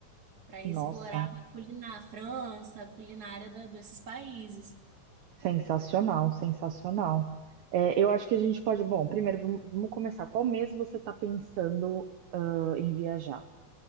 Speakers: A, on the right; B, on the right.
A: para
B: Nossa,
A: explorar a culinária, França, a culinária da- desses países.
B: sensacional, sensacional. É, eu acho que a gente pode. Bom, primeiro, vamos, vamos começar. Qual mês você está pensando, ah, em viajar?